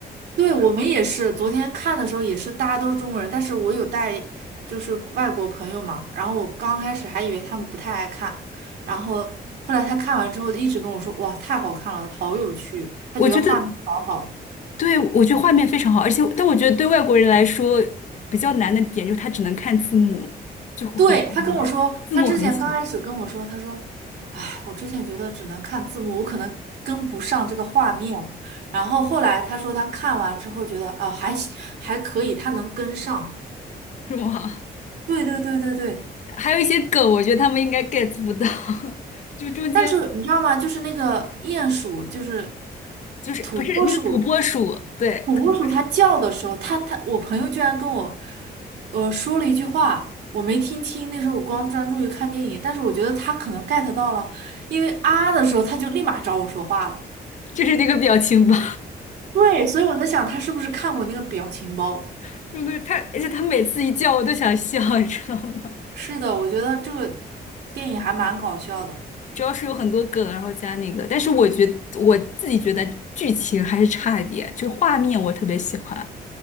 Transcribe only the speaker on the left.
我觉得，对，我觉得画面非常好，而且但我觉得对外国人来说比较难的点就是他只能看字幕，就很画面，
字幕很小，
是吗？
还有一些梗，我觉得他们应该 get 不到，<laughs> 就中间
就是不是那个土拨鼠，
对，
土拨鼠
就是那个表情包，
<laughs> 对对？他而且他每次一叫我都想笑，你知道吗？
主要是有很多梗，然后加那个，但是我觉得我自己觉得剧情还是差一点，就画面我特别喜欢，